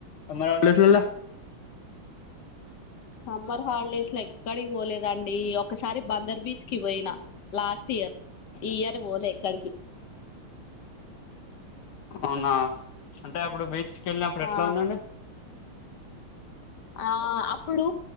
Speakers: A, on the left; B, on the left.
A: సమ్మర్ హాలిడేస్ లల్లా
B: సమ్మర్ హాలిడేస్ లో ఎక్కడికి పోలేదండి ఒకసారి బందర్ బీచ్కి పోయినా లాస్ట్ ఇయర్ ఈ ఇయర్ పోలే ఎక్కడకి
A: అవునా అంటే అప్పుడు బీచ్కి వెళ్ళినప్పుడు
B: ఆ
A: ఎట్లా ఉందండి
B: ఆ అప్పుడు